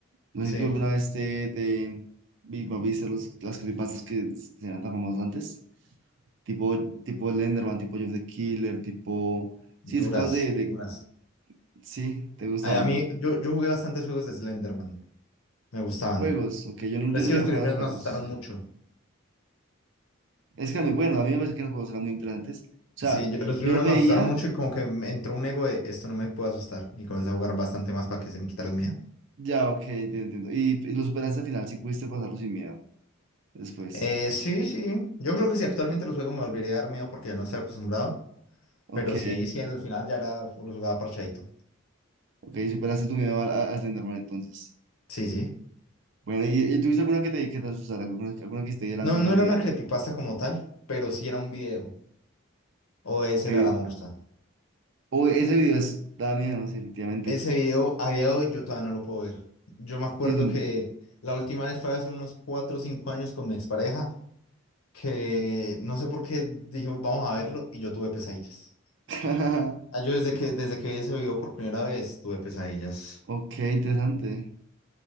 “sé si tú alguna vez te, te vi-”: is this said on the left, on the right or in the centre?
Right